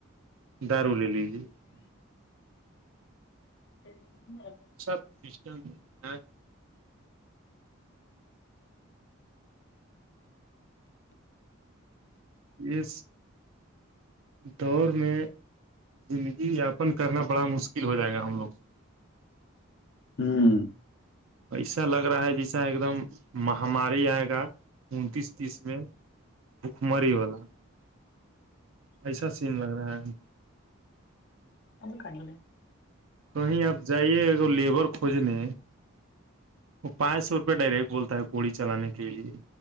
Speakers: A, on the right; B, on the left.
A: دارو لے لیجیے
B: <inaudible>
A: سب سسٹم ہے یہ دور میں زندگی یاپن کرنا بڑا مشکل ہو جائے گا ہم لوگ
B: ہمم
A: پیسہ لگ رہا ہے جیسا ایک دم مہاماری آئے گا انتیس تیس میں بھکمری والا ایسا سین لگ رہا ہے
B: <inaudible>
A: کہیں آپ جائیے ا لیبر کھوجنے وہ پانچ سو روپے پہ ڈائریکٹ بولتا ہے کوی چلانے کے لیے